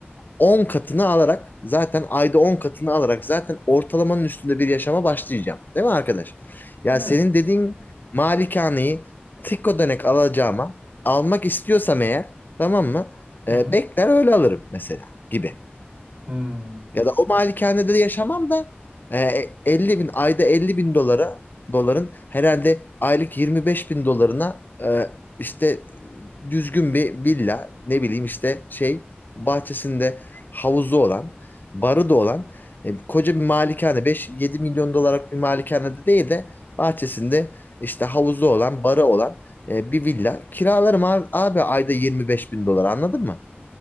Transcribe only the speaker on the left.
10 katını alarak zaten ayda 10 katını alarak zaten ortalamanın üstünde bir yaşama başlayacağım. Değil mi arkadaş? Ya
senin dediğin malikaneyi tık ödenek alacağıma almak istiyorsam eğer tamam mı?
Ee,
bekler öyle alırım mesela gibi.
Ya da o malikanede de yaşamam da e, 50 bin ayda 50 bin dolara doların herhalde aylık 25 bin dolarına e, işte düzgün bir villa ne bileyim işte şey bahçesinde havuzu olan barı da olan e, koca bir malikane beş yedi milyon dolarlık bir malikanede değil de bahçesinde işte havuzu olan barı olan e, bir villa kiralarım abi, abi ayda 25 bin dolar anladın mı?